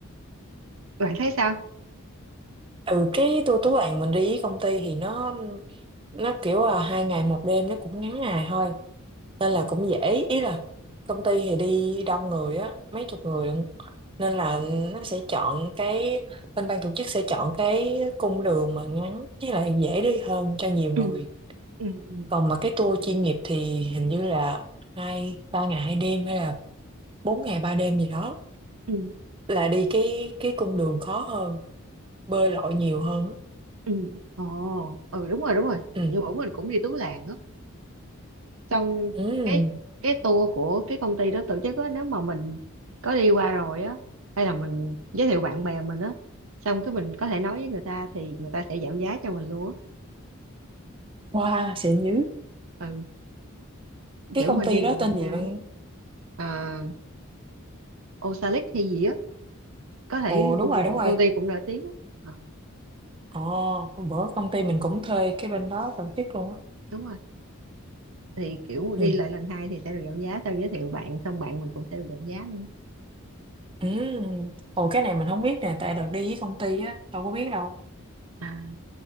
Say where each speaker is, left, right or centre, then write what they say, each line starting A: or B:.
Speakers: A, on the right (about 70°); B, on the right (about 25°).
A: bạn thấy sao
B: ừ cái tour Tú Làng mình đi với công ty thì nó nó kiểu là hai ngày một đêm nó cũng ngắn ngày thôi nên
A: Ồ.
B: là cũng dễ ý là công ty thì đi đông người á mấy chục người lận, nên là nó sẽ chọn cái bên ban tổ chức sẽ chọn cái cung đường mà ngắn với lại dễ đi hơn cho nhiều người
A: ừ ừ ừ
B: còn mà cái tour chuyên nghiệp thì hình như là hai ba ngày hai đêm hay là bốn ngày ba đêm gì đó
A: ừ
B: là đi cái cái cung đường khó hơn bơi lội nhiều hơn
A: ừ ồ ừ đúng rồi đúng rồi
B: ừ
A: như bữa mình cũng đi Tú Làng á xong
B: ừ
A: cái cái tour của cái công ty đó tổ chức á nếu mà mình có đi qua rồi á hay là mình giới thiệu bạn bè mình á xong cái mình có thể nói với người ta thì người ta sẽ giảm giá cho mình luôn á
B: wow xịn dữ
A: ừ,
B: cái
A: kiểu
B: công
A: mình
B: ty
A: đi là
B: đó
A: lần
B: tên gì
A: hai
B: bạn
A: à, Osalit hay gì á có thể
B: ồ đúng
A: Google
B: rồi đúng rồi
A: công ty cũng nổi tiếng á Ờ,
B: ồ hôm bữa công ty mình cũng thuê cái bên đó tổ chức luôn á
A: đúng rồi thì kiểu đi
B: Ừ.
A: lại lần hai thì sẽ được giảm giá sau giới thiệu bạn xong bạn mình cũng sẽ được giảm giá nữa
B: Ừ. Ồ cái này mình không biết nè tại đợt đi với công ty á đâu có biết đâu
A: à,